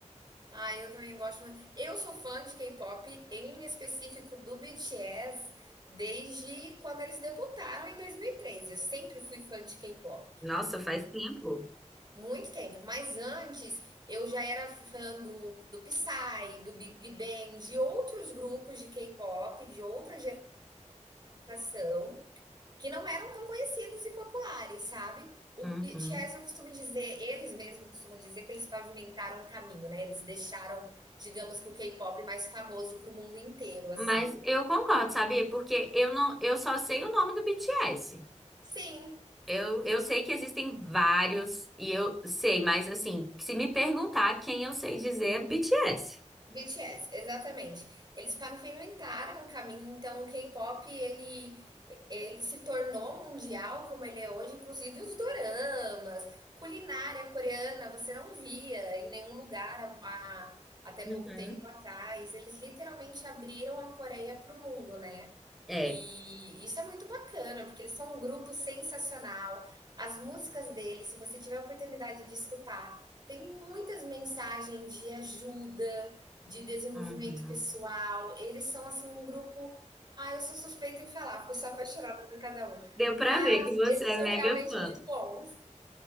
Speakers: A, on the right (about 35°); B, in the centre.
A: Ah, eu também gosto muito. Eu sou fã de K-pop, em específico do BTS, desde quando eles debutaram em 2013. Eu sempre fui fã de K-pop.
B: Nossa, faz tempo.
A: Muito tempo. Mas antes, eu já era fã do, do Psy, do Big Bang, de outros grupos de K-pop, de outra geração que não eram tão conhecidos e populares, sabe? O
B: Uhum.
A: B T. BTS, eu costumo dizer, eles mesmos costumam dizer que eles pavimentaram o caminho, né? Eles deixaram, digamos que o K-pop mais famoso para o mundo inteiro, assim.
B: Mas eu concordo, sabia? Porque eu não, eu só sei o nome do BTS.
A: Sim,
B: Eu, eu sei que existem vários e eu sei, mas assim, se me perguntar quem eu sei dizer é BTS.
A: BTS, exatamente. Eles pavimentaram o caminho, então o K-pop ele ele se tornou mundial como ele é hoje, inclusive os doramas, culinária coreana, você não via em nenhum lugar há, há- até
B: Uhum.
A: pouco tempo atrás. Eles literalmente abriram a Coreia para o mundo, né?
B: É.
A: E isso é muito bacana, porque eles são um grupo sensacional. As músicas deles, se você tiver a oportunidade de escutar, tem muitas mensagens de ajuda, de desenvolvimento
B: Uhum.
A: pessoal. Eles são assim um grupo. Ah, eu sou suspeita em falar, porque eu sou apaixonada por cada um.
B: Deu pra
A: Mas
B: ver que você
A: eles
B: é
A: são
B: mega
A: realmente
B: fã.
A: muito bons.